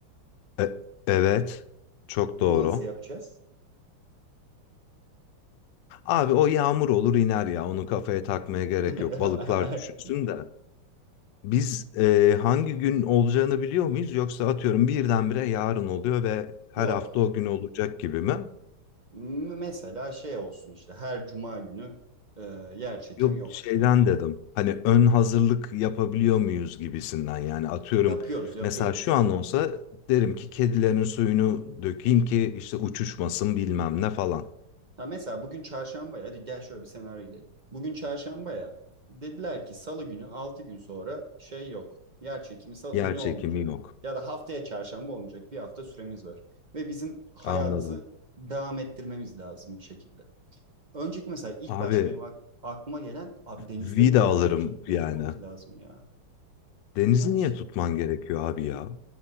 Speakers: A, on the left; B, on the right.
A: E- evet. Çok
B: Onu
A: doğru.
B: nasıl yapacağız?
A: Abi o yağmur olur iner ya. Onu kafaya takmaya gerek
B: <laughs>
A: yok. Balıklar düşünsün de. Biz e, hangi gün olacağını biliyor muyuz? Yoksa atıyorum birdenbire yarın oluyor ve her
B: Yok.
A: hafta o gün olacak gibi mi?
B: M- Mesela şey olsun işte her cuma günü e, yer çekimi
A: Yok
B: yok
A: şeyden
B: diye.
A: dedim. Hani ön hazırlık yapabiliyor muyuz gibisinden yani atıyorum
B: Yapıyoruz, yapıyoruz.
A: mesela şu an olsa derim ki kedilerin suyunu dökeyim ki işte uçuşmasın bilmem ne falan.
B: Ha mesela bugün çarşamba ya. Hadi gel şöyle bir senaryo gidelim. Bugün çarşamba ya. Dediler ki salı günü 6 gün sonra şey yok. Yer çekimi salı
A: Yer
B: günü
A: çekimi
B: olmayacak.
A: yok.
B: Ya da haftaya çarşamba olmayacak. Bir hafta süremiz var. Ve bizim hayatı
A: Anladım.
B: devam ettirmemiz lazım bir şekilde. Önceki mesela ilk
A: Abi
B: başta benim ak- aklıma gelen abi denizleri,
A: vida
B: gölleri
A: alırım
B: bir şekilde
A: yani.
B: tutmamız lazım ya.
A: Denizi
B: Yani
A: niye tutman gerekiyor abi ya?